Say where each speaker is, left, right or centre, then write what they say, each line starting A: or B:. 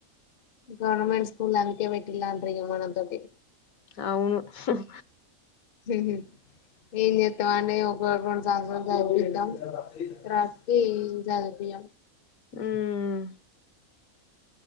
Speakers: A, on the left (about 50°); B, on the left (about 75°).
A: గవర్నమెంట్ స్కూల్ అందుకే పెట్టిలాంట మనం తొటి
B: అవును ఉమ్
A: ఉమ్ హు ఏం చేస్తామండి అని ఒక రెండు సంవత్సరాలు చదిపిద్దాం లాస్ట్కీ చదిపియాం
B: ఉమ్